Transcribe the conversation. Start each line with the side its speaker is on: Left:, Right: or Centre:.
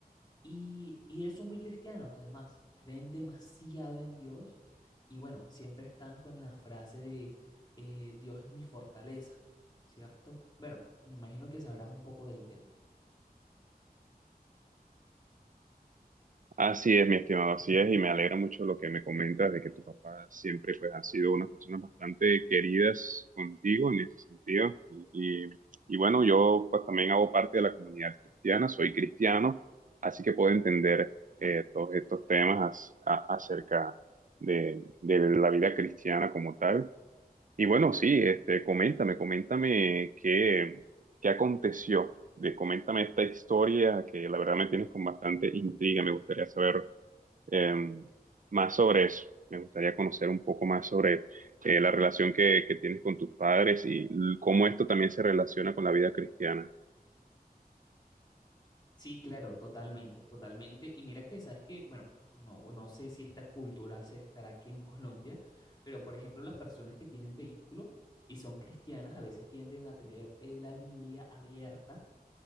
Left: Y, y ellos son muy cristianos, además, creen demasiado en Dios y bueno, siempre están con la frase de eh, Dios es mi fortaleza, ¿cierto? Bueno, me imagino que sabrás un poco del tema.
Right: Así es, mi estimado, así es, y me alegra mucho lo que me comentas de que tu papá siempre pues ha sido una persona bastante queridas contigo en ese sentido. Y, y- y bueno, yo pues también hago parte de la comunidad cristiana, soy cristiano, así que puedo entender eh, todos estos temas as- a- acerca de, de la vida cristiana como tal. Y bueno, sí, este, coméntame, coméntame qué, ¿Qué aconteció? De, coméntame esta historia que la verdad me tienes con bastante intriga. Me gustaría saber em, más sobre eso. Me gustaría conocer un poco más sobre eh, la relación que, que tienes con tus padres y l- cómo esto también se relaciona con la vida cristiana.
Left: Sí, claro, totalmente, totalmente. Y mira que, sabes que, bueno, no, no sé si esta cultura se estará aquí en Colombia, pero por ejemplo, las personas que tienen vehículo y son cristianas a veces tienden a tener eh, la Biblia abierta